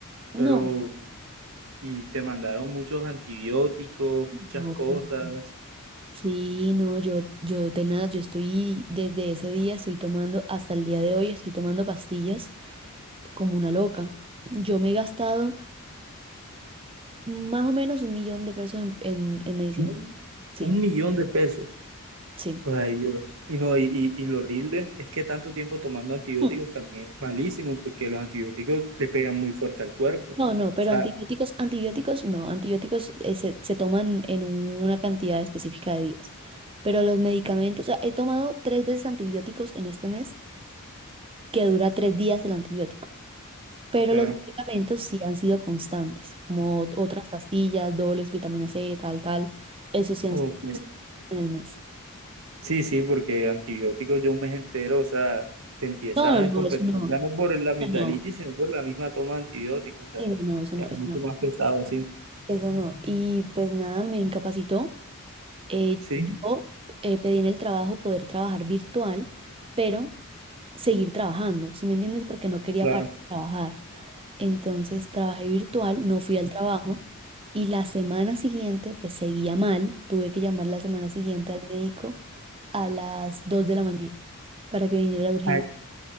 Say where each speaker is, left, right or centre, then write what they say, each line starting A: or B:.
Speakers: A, on the right; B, on the right.
A: No,
B: Pero, y te mandaron muchos antibióticos, muchas
A: no,
B: cosas.
A: pues no. sí, no, yo, yo de nada, yo estoy desde ese día, estoy tomando, hasta el día de hoy, estoy tomando pastillas como una loca. Yo me he gastado Más o menos un millón de pesos en, en- en medicina.
B: Un,
A: Sí,
B: un millón de pesos.
A: sí.
B: Ay, Dios. Y no, y, y, y lo horrible es que tanto tiempo tomando antibióticos
A: Mm.
B: también es malísimo, porque los antibióticos le pegan muy fuerte al cuerpo. O
A: No, no, pero
B: sea,
A: antibióticos, antibióticos no. Antibióticos eh, se, se toman en una cantidad específica de días. Pero los medicamentos, o sea, he tomado tres veces antibióticos en este mes, que dura tres días el antibiótico. Pero
B: claro.
A: los medicamentos sí han sido constantes, como ot- otras pastillas, dobles, vitamina C, tal, tal. Eso sí han
B: Ok.
A: sido en el mes.
B: Sí, sí, porque antibióticos yo un mes entero, o sea, te empiezas
A: No,
B: a
A: no,
B: descompensar
A: no, eso no.
B: ya no por la amigdalitis,
A: Eso no.
B: sino por la misma toma de antibióticos, o sea,
A: Sí, no, no, eso no,
B: ya es
A: eso
B: mucho
A: no.
B: más pesado, sí,
A: Eso no. Y pues nada, me incapacitó. Eh,
B: sí,
A: yo eh, pedí en el trabajo poder trabajar virtual, pero seguir trabajando, ¿sí me entiendes? Porque no quería
B: claro.
A: parar de trabajar. Entonces trabajé virtual, no fui al trabajo y la semana siguiente pues seguía mal. Tuve que llamar la semana siguiente al médico a las 2 de la mañana para que viniera la urgencia.
B: Ay,